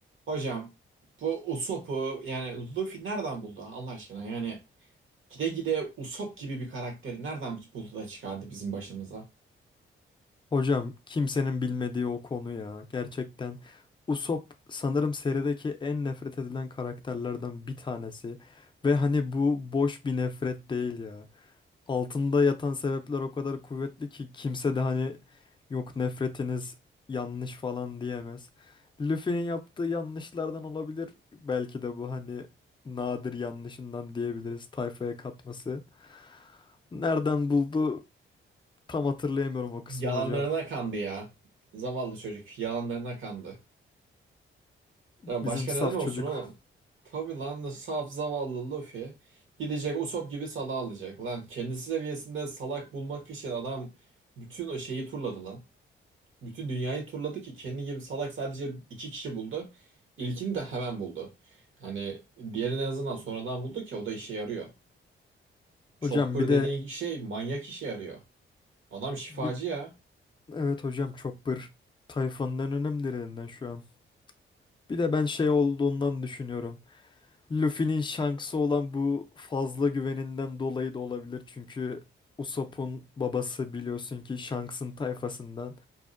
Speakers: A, on the right (about 70°); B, on the left (about 20°).
A: Hocam bu Usopp'u yani Luffy nereden buldu Allah aşkına? Yani gide gide Usopp gibi bir karakteri nereden buldu da çıkardı bizim başımıza?
B: Hocam kimsenin bilmediği o konu ya. Gerçekten Usopp sanırım serideki en nefret edilen karakterlerden bir tanesi. Ve hani bu boş bir nefret değil ya. Altında yatan sebepler o kadar kuvvetli ki kimse de hani yok nefretiniz yanlış falan diyemez. Luffy'nin yaptığı yanlışlardan olabilir. Belki de bu hani nadir yanlışından diyebiliriz tayfaya katması. Nereden buldu tam hatırlayamıyorum o kısmı
A: Yalanlarına
B: hocam.
A: kandı ya. Zavallı çocuk yalanlarına kandı.
B: Bizim
A: Ya başka
B: saf
A: neden olsun
B: çocuk.
A: oğlum? Tabii lan saf zavallı Luffy gidecek Usopp gibi salağı alacak lan. Kendisi seviyesinde salak bulmak için adam bütün o şeyi turladı lan. Bütün dünyayı turladı ki kendi gibi salak sadece iki kişi buldu. İlkini de hemen buldu. Hani diğerini en azından sonradan buldu ki o da işe yarıyor. Chopper
B: Hocam bir de
A: dediğin şey manyak işe yarıyor. Adam şifacı
B: bir
A: ya.
B: evet hocam Chopper tayfanın en önemlilerinden şu an. Bir de ben şey olduğundan düşünüyorum. Luffy'nin Shanks'ı olan bu fazla güveninden dolayı da olabilir. Çünkü Usopp'un babası biliyorsun ki Shanks'ın tayfasından.